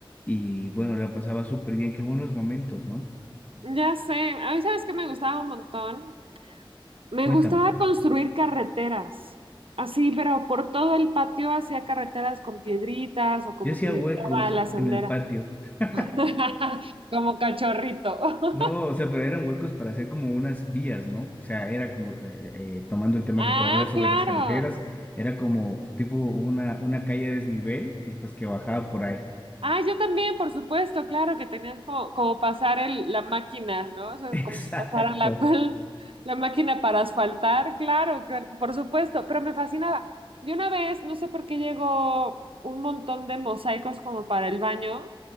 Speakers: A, on the left (about 20°); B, on the right (about 75°).
A: y bueno, la pasaba súper bien, qué buenos momentos, ¿no?
B: Ya sé, a mí sabes que me gustaba un montón Me
A: Cuéntame,
B: gustaba construir carreteras, así, pero por todo el patio hacía carreteras con piedritas o como
A: yo hacía
B: que limpiaba
A: huecos
B: la sendera,
A: en el patio, <laughs>
B: <laughs> como cachorrito. <laughs>
A: no, o sea, pero eran huecos para hacer como unas vías, ¿no? O sea, era como, eh, eh, tomando el tema
B: Ah,
A: que tú hablas sobre
B: claro.
A: las carreteras, era como tipo una, una calle a desnivel y pues que bajaba por ahí.
B: Ah, yo también, por supuesto, claro que tenías como, como pasar el, la máquina, ¿no? O sea,
A: <laughs> Exacto.
B: como si pasara la, <laughs> la máquina para asfaltar, claro, que- por supuesto, pero me fascinaba. De una vez, no sé por qué llegó un montón de mosaicos como para el baño.